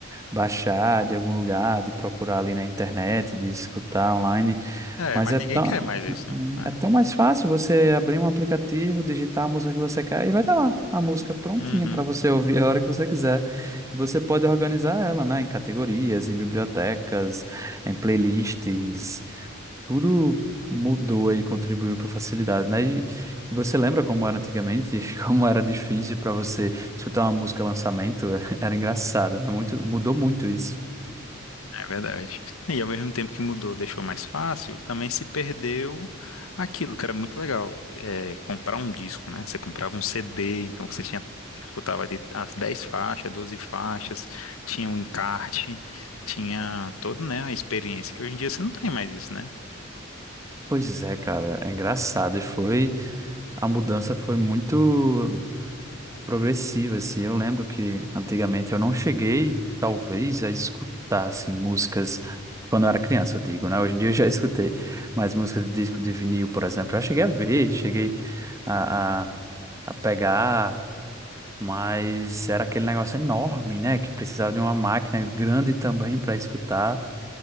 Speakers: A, on the right (about 15°); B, on the left (about 90°).
A: baixar de algum lugar, de procurar ali na internet, de escutar online.
B: É,
A: Mas
B: mas
A: é
B: ninguém
A: tão,
B: quer mais isso, não. É.
A: é tão mais fácil você abrir um aplicativo, digitar a música que você quer e vai estar lá a música prontinha
B: Uhum,
A: para você ouvir a hora que você quiser. E você pode organizar ela, né, em categorias, em bibliotecas, em playlists. Tudo mudou e contribuiu para facilidade, né? E, e você lembra como era antigamente, <laughs> como era difícil para você escutar uma música lançamento? <laughs> Era engraçado, né? Muito, mudou muito isso.
B: é verdade. E ao mesmo tempo que mudou, deixou mais fácil, também se perdeu aquilo que era muito legal, é, comprar um disco, né? Você comprava um CD, então você tinha, escutava ali as 10 faixas, 12 faixas, tinha o um encarte, tinha todo, né, a experiência, que hoje em dia você não tem mais isso, né?
A: Pois é, cara, é engraçado. E foi. a mudança foi muito progressiva, assim. Eu lembro que antigamente eu não cheguei, talvez, a escutar, assim, músicas quando eu era criança, eu digo, né? Hoje em dia eu já escutei, mas músicas de disco de vinil, por exemplo, eu já cheguei a ver, cheguei a, a, a pegar, mas era aquele negócio enorme, né? Que precisava de uma máquina grande também para escutar.